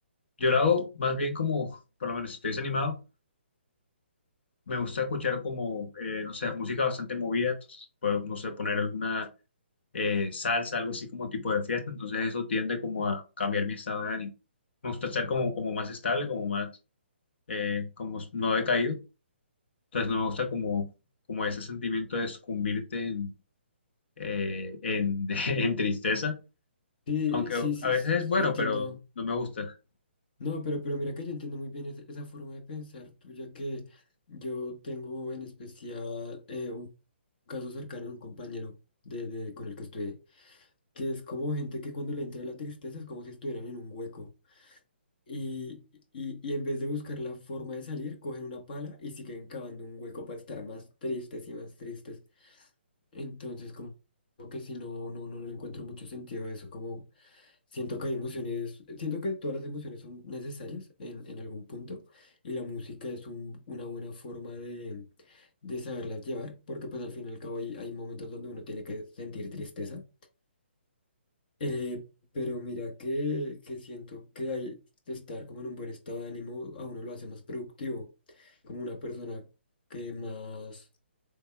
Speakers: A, on the left (about 65°); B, on the left (about 50°).
A: Yo lo hago más bien como, por lo menos si estoy desanimado, me gusta escuchar como, eh, no sé, música bastante movida, entonces puedo, no sé, poner alguna eh, salsa, algo así como tipo de fiesta, entonces eso tiende como a cambiar mi estado de ánimo. Me gusta estar como, como más estable, como más, eh, como no decaído Entonces no me gusta como, como ese sentimiento de sucumbirte en, eh, en, <laughs> en tristeza,
B: Sí,
A: aunque
B: sí, sí,
A: a veces
B: sí,
A: es bueno,
B: entiendo.
A: pero no me gusta.
B: No, pero, pero mira que yo entiendo muy bien es- esa forma de pensar tuya que yo tengo en especial eh, un caso cercano de un compañero de, de- con el que estudié, que es como gente que cuando le entra la tristeza es como si estuvieran en un hueco. Y, y, y en vez de buscar la forma de salir, cogen una pala y siguen cavando un hueco para estar más tristes y más tristes. Entonces, como, como que si no, no, no le encuentro mucho sentido a eso, como siento que hay emociones, siento que todas las emociones son necesarias en, en algún punto y la música es un- una buena forma de, de saberlas llevar, porque pues al fin y al cabo hay, hay momentos donde uno tiene que sentir tristeza eh, pero mira que, que siento que hay, estar como en un buen estado de ánimo a uno lo hace más productivo, como una persona que más,